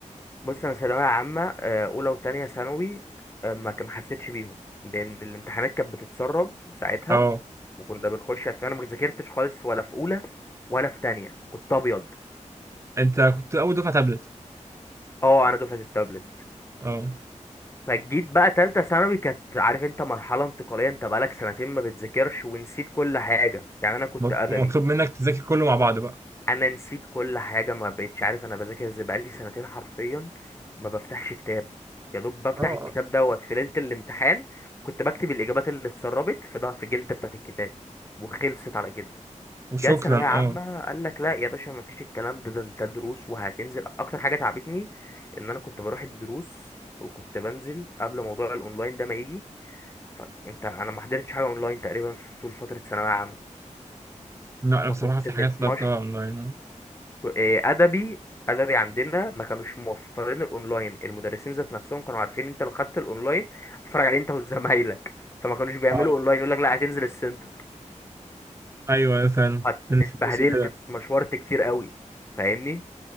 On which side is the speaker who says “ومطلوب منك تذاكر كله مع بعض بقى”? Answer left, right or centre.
Right